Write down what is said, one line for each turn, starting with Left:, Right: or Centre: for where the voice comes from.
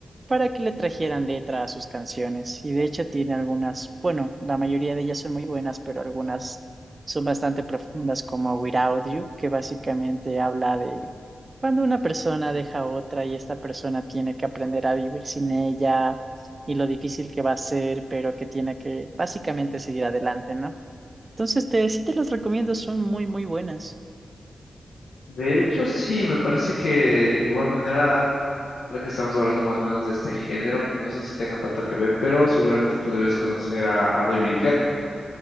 Right: para que le trajeran letra a sus canciones. Y de hecho tiene algunas, bueno, la mayoría de ellas son muy buenas, pero algunas son bastante profundas como Without You, que básicamente habla de cuando una persona deja a otra y esta persona tiene que aprender a vivir sin ella y lo difícil que va a ser, pero que tiene que básicamente seguir adelante, ¿no? Entonces, te, sí te los recomiendo, son muy, muy buenas.
Left: De hecho, sí, me parece que igual manera Ahora que estamos hablando más o menos de este género, que no sé si tenga tanto que ver, pero seguramente tú debes conocer a, a David Guetta.